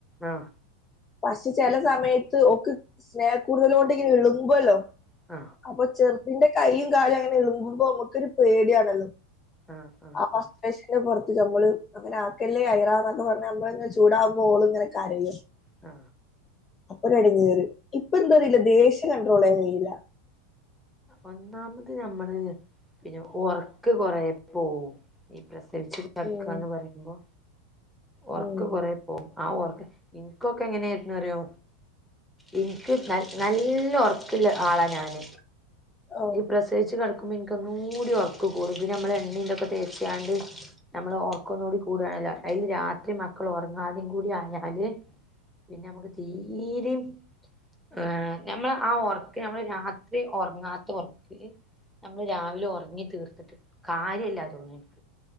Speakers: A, in the centre; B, on the left.
A: ആഹ
B: പക്ഷെ ചെലല സമയത്ത് ഓക്ക് സ്നേഹക്കൂടുതൽ കൊണ്ട് ഇങ്ങനെ ഇളുമ്പോല്ലോ
A: ആ
B: അപ്പൊ ചെറുതിന്റെ കൈയും കാലും അങ്ങനെ ഇളുമ്പുമ്പോ നമ്മക്കൊരു പേടിയാണല്ലോ
A: ആഹ് ആഹ്
B: ആഹ
A: ആഹ്
B: പുറത്ത് നമ്മള് അങ്ങനെ ആക്കല്ലേ അയറാന്നൊക്ക പറഞ്ഞ നമ്മളിങ്ങനെ ചൂടാക്ബോ ഓളും ഇങ്ങനെ കരയും
A: ആ
B: അപ്പോരെടങ്ങേര് ഇപ്പൊ എന്താറീലാ ദേഷ്യം കണ്ട്രോൾ ചെയ്യാൻ കഴയില്ല
A: ഒന്നാമത് നഞമ്മള് പിന്നെ ഓർക് കൊറേ പോവും ഈ പ്രസവിച്ച് കടക്കാന്ന്
B: ഉം
A: പറയുമ്പോ ഉർക്ക്
B: ഉം
A: കൊറെ ഓ ആ ഓർക്ക് ഇനിക്ക്കൊക്കെ എങ്ങനെന്നറിയോ ഇനിക്ക് ന നല്ല ഉറക്കില്ല ആളാ ഞാന്
B: ആഹ്
A: ഈ പ്രസവിച്ച് കിടക്കുമ്പോ എനിക്കന്നൂടി ഉറക്ക കൂടും പിന്നെ നമ്മൾ എണ്ണീതൊക്കെ തേച്ചാണ്ട് നമ്മള് ഓർക്കംന്നുകൂടി കൂടയണല്ലോ അതില് രാത്രി മക്കൾ ഉറങ്ങാതെയും കൂടി ആയാല് പിന്നെ ഞമ്മക്ക് തീരിം ഏഹ നമ്മൾ ആ ഒർക് നമ്മള് രാത്രി ഉറങ്ങാ റക്ക് നമ്മള് രാവിലെ ഉറങ്ങി തീർത്തിട്ട് കാര്യല്ലാതോന്നി